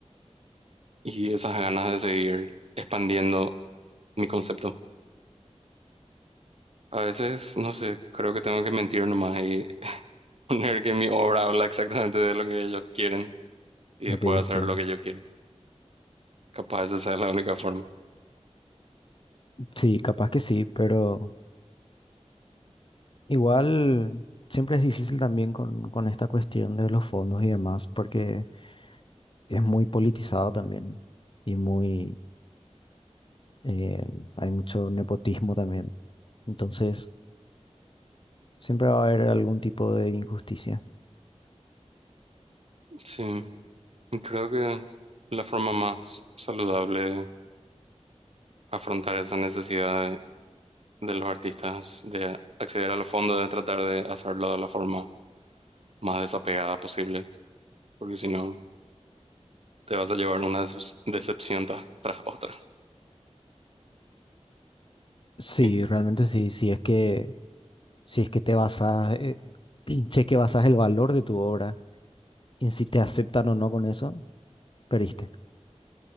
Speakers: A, on the right (about 60°); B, on the left (about 45°).
A: y esas ganas de seguir expandiendo mi concepto. A veces, no sé, creo que tengo que mentir nomás y <laughs> poner que mi obra habla exactamente de lo que ellos quieren y
B: Lo
A: después
B: que ellos
A: hacer
B: quieren.
A: lo que yo quiero. Capaz esa es la única forma.
B: Sí, capaz que sí, pero igual siempre es difícil también con, con esta cuestión de los fondos y demás, porque es muy politizado también y muy, eh, hay mucho nepotismo también. Entonces, siempre va a haber algún tipo de injusticia.
A: Sí, creo que la forma más saludable de afrontar esa necesidad de los artistas de acceder a los fondos, de tratar de hacerlo de la forma más desapegada posible, porque si no, te vas a llevar una decep- decepción ta- tras otra.
B: Sí,
A: Y,
B: realmente sí, si es que, si es que te basas, eh, <clears throat> si es que basas el valor de tu obra en si te aceptan o no con eso, perdiste.